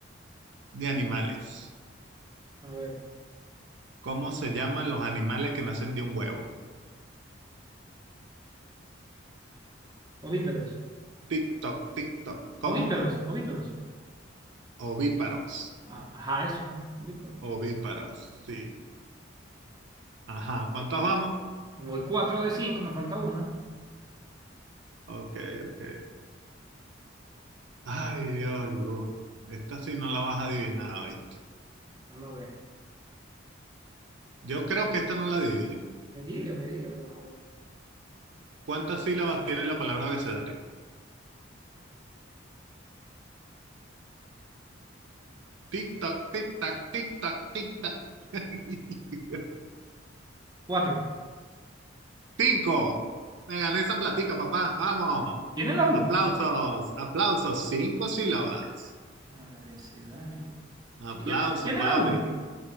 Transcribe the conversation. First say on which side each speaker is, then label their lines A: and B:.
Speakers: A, on the right; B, on the right.
A: de animales.
B: A ver,
A: ¿Cómo se llaman los animales que nacen de un huevo?
B: ovípedos.
A: Tic-toc, tic-toc. ¿Cómo?
B: Ovípedos, ovípedos.
A: Ovíparos.
B: Ah, Ajá, eso, pues, ovípedos.
A: Ovíparos, sí. Ajá, ¿cuántos vamos?
B: Voy cuatro de cinco, me falta una.
A: Ok, ok. Ay, Dios, Luz. Esta sí no la vas a adivinar, ¿oíste?
B: Vamos a ver.
A: Yo creo que esta no la adivinas.
B: Dígame, dígame, vamos a ver.
A: ¿Cuántas sílabas tiene la palabra abecedario? Tic-tac, tic-tac, tic-tac, tic-tac. <laughs>
B: Cuatro.
A: Cinco. Me gané esa platica, papá. Vamos.
B: ¿Tiene la U?
A: Aplausos, aplausos. Cinco sílabas.
B: Abecedario.
A: Aplauso,
B: Sí, tiene, tiene
A: papi.
B: la U.